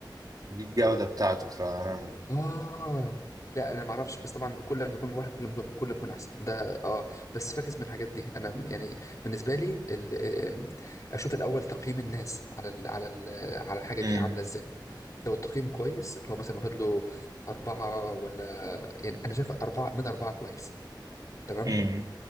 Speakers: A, on the right; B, on the left.
A: دي الجودة بتاعته فأنا
B: اه لا انا ما اعرفش بس طبعا كل ما يكون واحد كل ما يكون كل ما يكون احسن ده اه بس فاكس من الحاجات دي انا يعني بالنسبه لي ال... آم، اشوف الاول تقييم الناس على ال... على ال... على الحاجه
A: مم.
B: دي عامله ازاي لو التقييم كويس اللي هو مثلا واخد له أربعة ولا يعني أنا شايف أربعة من أربعة كويس تمام
A: مم.